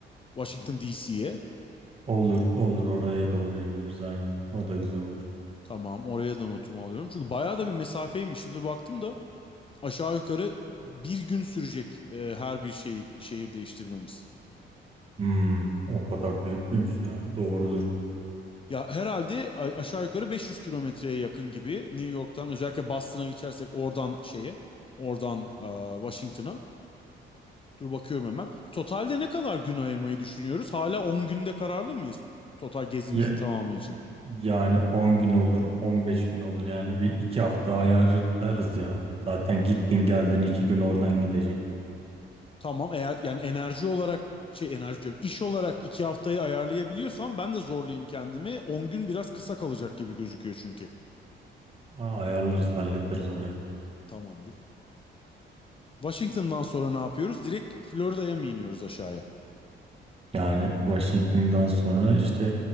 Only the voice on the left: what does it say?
Washington DC'ye.
Tamam, oraya da notumu alıyorum. Çünkü bayağı da bir mesafeymiş. Şimdi baktım da aşağı yukarı bir gün sürecek e, her bir şey şehir değiştirmemiz.
Ya herhalde a- aşağı yukarı 500 kilometreye yakın gibi New York'tan özellikle Boston'a geçersek oradan şeye, oradan e, Washington'a. Dur bakıyorum hemen. Totalde ne kadar gün ayırmayı düşünüyoruz? Hala 10 günde kararlı mıyız total gezimizin
tamamı için?
Tamam eğer yani enerji olarak şey enerji diyorum iş olarak 2 haftayı ayarlayabiliyorsam ben de zorlayayım kendimi. 10 gün biraz kısa kalacak gibi gözüküyor çünkü.
Tamamdır. Washington'dan sonra ne yapıyoruz? Direkt Florida'ya mı iniyoruz aşağıya?